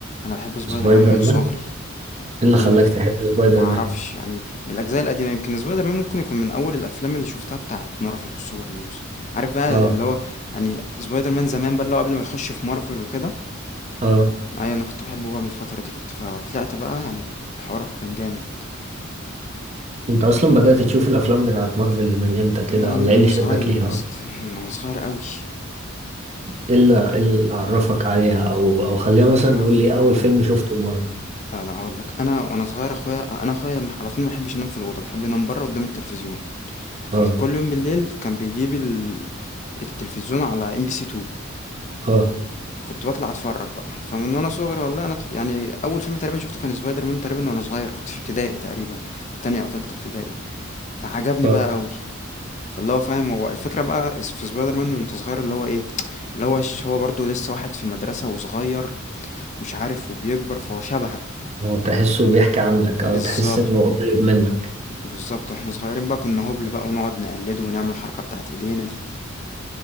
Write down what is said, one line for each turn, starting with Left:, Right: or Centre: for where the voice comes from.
Left: انا بحب سبايدر
Right: سبايدر
Left: مان من
Right: مان
Left: صغري
Right: إيه اللي
Left: هو كان
Right: خلاك
Left: نفسي
Right: تحب سبايدر
Left: ما اعرفش
Right: مان
Left: يعني من الاجزاء القديمه يمكن سبايدر مان ممكن يكون من اول الافلام اللي شفتها بتاعه مارفل والسوبر هيروز عارف بقى
Right: اه
Left: اللي هو يعني سبايدر مان زمان بقى اللي هو قبل ما يخش في مارفل وكده
Right: اه
Left: أيوه أنا كنت باحبه بقى من الفترة دي كنت فطلعت بقى يعني الحوار كان جامد
Right: انت اصلا بدات تشوف الافلام بتاعت مارفل من امتى كده
Left: لا
Right: ولا
Left: من
Right: ايه
Left: وأنا
Right: اللي
Left: صغير
Right: شدك ليها
Left: يا اسطى
Right: اصلا
Left: من وأنا صغير أوي
Right: ايه اللي إيه اللي عرفك عليها او او خلينا مثلا
Left: هافهمك
Right: نقول ايه اول فيلم شفته لمارفل
Left: لا لا هاقول لك أنا وأنا صغير أخويا أنا أخويا م- على طول ما بيحبش ينام في الأوضة بيحب ينام برا قدام التلفزيون فكل
Right: اه
Left: يوم بالليل كان بيجيب ال... التلفزيون على ام بي سي 2
Right: اه
Left: كنت بطلع اتفرج بقى فمن وانا صغير والله انا ت- يعني اول فيلم تقريبا شفته كان سبايدر مان تقريبا وانا صغير كنت في ابتدائي تقريبا تانية او تالتة ابتدائي فعجبني
Right: اه
Left: بقى قوي فاللي هو فاهم هو الفكرة بقى في سبايدر مان وانت صغير اللي هو ايه اللي هو ش- هو برضه لسه واحد في مدرسة وصغير مش عارف وبيكبر فهو شبهك
Right: هو تحسه بيحكي عنك او
Left: بالظبط
Right: تحس انه قريب منك
Left: بالظبط واحنا صغيرين بقى كنا هبل بقى ونقعد نقلده ونعمل الحركة بتاعت ايدينا دي